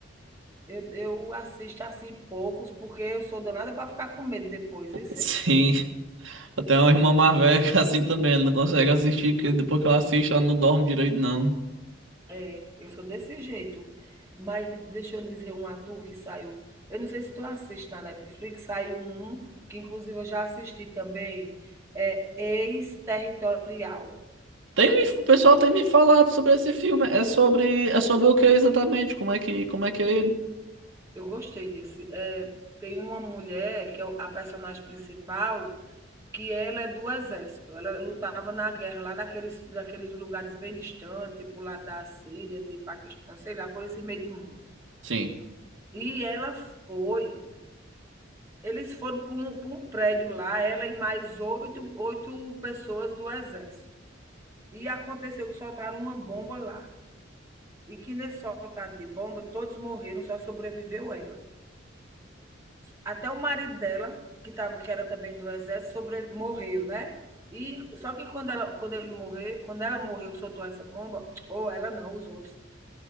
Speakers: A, on the right; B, on the right.
A: Eu eu assisto, assim, poucos, porque eu sou danada para ficar com medo depois, vice.
B: Sim, até uma irmã mais velha <laughs> que é assim também, ela não consegue assistir, porque depois que ela assiste, ela não dorme direito, não.
A: É, eu sou desse jeito. Mas deixa eu dizer um ator que saiu. Eu não sei se tu assiste na Netflix, saiu um que inclusive eu já assisti também, é Ex-Territorial.
B: Tem, me- o pessoal tem me falado sobre esse filme. É sobre, é sobre o que exatamente? Como é que, como é que é ele?
A: Eu gostei desse. É, tem uma mulher que é a personagem principal, que ela é do exército. Ela lutava na guerra lá naqueles, naqueles lugares bem distantes, tipo lá da Síria, de Paquistão, sei lá, por esse meio de mundo.
B: Sim.
A: E ela foi Eles foram para um, pra um prédio lá, ela e mais oito, oito pessoas do exército. E aconteceu que soltaram uma bomba lá. E que nesse soltado de bomba, todos morreram, só sobreviveu ela. Até o marido dela, que, tava, que era também do exército, sobre, morreu, né? E só que quando ela, quando ele morreu quando ela morreu, soltou essa bomba, ou ela não, os outros,